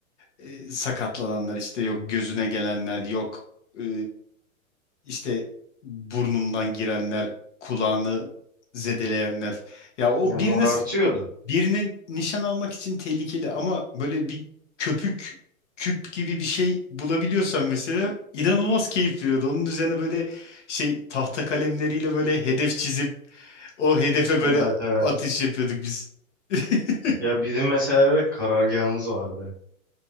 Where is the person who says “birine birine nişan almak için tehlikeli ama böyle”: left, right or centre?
Left